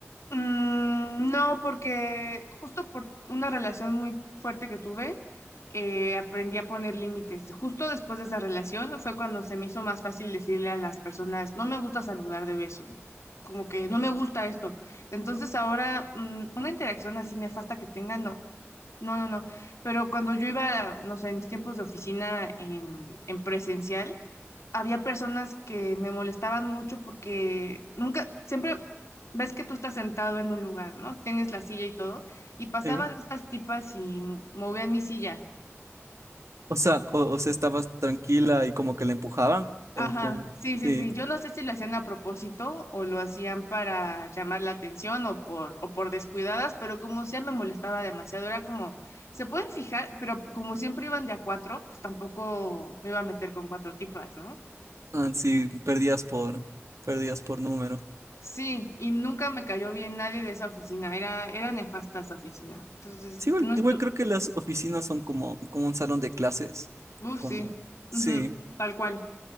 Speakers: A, on the left; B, on the right.
A: Mm, no, porque justo por una relación muy fuerte que tuve, eh, aprendí a poner límites. Justo después de esa relación fue cuando se me hizo más fácil decirle a las personas, no me gusta saludar de beso, como que no me gusta esto. Entonces ahora, mm, una interacción así nefasta que tenga, no, no, no, no. Pero cuando yo iba, no sé, en mis tiempos de oficina en en presencial, había personas que me molestaban mucho porque nunca, siempre ves que tú estás sentado en un lugar, ¿no? Tienes la silla y todo, y pasaban
B: Sí.
A: estas tipas y movían mi silla.
B: O sea, o, o sea, estabas tranquila y como que le empujaban, o
A: Ajá,
B: como,
A: sí, sí,
B: sí,
A: sí. Yo no sé si lo hacían a propósito o lo hacían para llamar la atención o por, o por descuidadas, pero como sea me molestaba demasiado. Era como, se pueden fijar, pero como siempre iban de a cuatro, pues tampoco me iba a meter con cuatro tipas, ¿no?
B: ah, sí, perdías por, perdías por número.
A: Sí, y nunca me cayó bien nadie de esa oficina, era, era nefasta esa oficina. Entonces,
B: Sí, igual,
A: no estu...
B: igual creo que las oficinas son como, como un salón de clases,
A: Uf,
B: como,
A: sí,
B: sí,
A: ujú, Tal cual.